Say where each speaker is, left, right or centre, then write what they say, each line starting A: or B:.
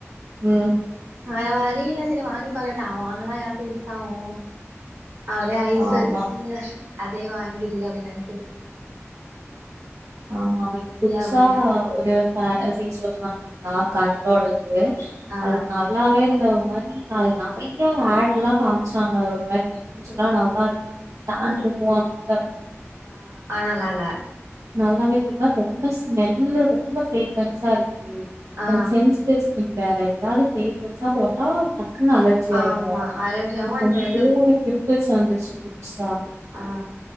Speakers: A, on the right; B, on the right.
A: ம்
B: வேற வழி இல்ல சரி வாங்கி தொலையட்டோ அவ வாங்குனா எனக்கோ யூஸ் ஆவோ அப்டியே ஐஸ்
A: ஆமா
B: வெச்சு அதே வாங்கிருக்கு அப்டியே நைஸ் வெச்சிருக்க
A: ஆமா அவளுது புதுசா
B: ஆவுது
A: ஒரு ஃபே ஃபேஸ் வாஷ் வாங்கியிருந்தா கர்ரோடுது
B: ஆ
A: அது நல்லாவே இல்ல ஒரு மாரி அது நறைய ஆட்ல்லா காம்ச்சாங்க ஒரு மாரி வியூஸ்ஸல்லா நல்லாருக்கு தாண்றுமோ அப்டி அப்டின்
B: அ ஆனால் லால
A: நல்லாவேள ஒரு மாரி ரொம்ப ஸ்மெல்லுல ரொம்ப ஃபேக்ரன்ஸ்ஸாருக் கே
B: ஆ
A: எனக்கு ஃபரெண்ஸ் கோச் இவ்வேற ஏதாவது ஃப்ரேக்ரன்ஸா போட்டா பக் குனு அலர்ஜி ஆயிரு
B: ஆமா அலர்ஜியாவு
A: இப்ப
B: அந்த இது
A: மூணு பிம்பிள்ஸ் வந்துருச் இப்புதுசா
B: அ